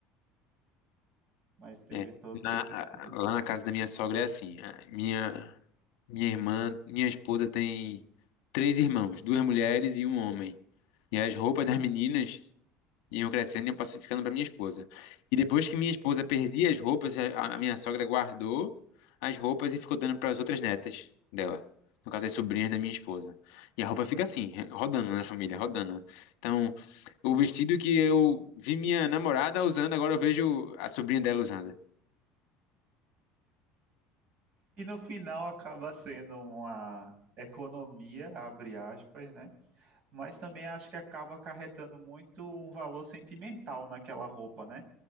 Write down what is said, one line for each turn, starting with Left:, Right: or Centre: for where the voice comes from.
Right: mas teve
Left: É.
Right: todos
Left: Na-
Right: esses
Left: a-
Right: fios.
Left: lá na casa da minha sogra é assim. a minha, minha irmã, minha esposa tem três irmãos, duas mulheres e um homem. E as roupas das meninas iam crescendo e iam pass- ficando para minha esposa. E depois que minha esposa perdia as roupas, a, a minha sogra guardou as roupas e ficou dando para as outras netas dela. No caso, as sobrinhas da minha esposa. E a roupa fica assim, rodando na família, rodando. Então, o vestido que eu vi minha namorada usando, agora eu vejo a sobrinha dela usando.
Right: E no final acaba sendo uma economia, abre aspas, né? Mas também acho que acaba acarretando muito um valor sentimental naquela roupa, né?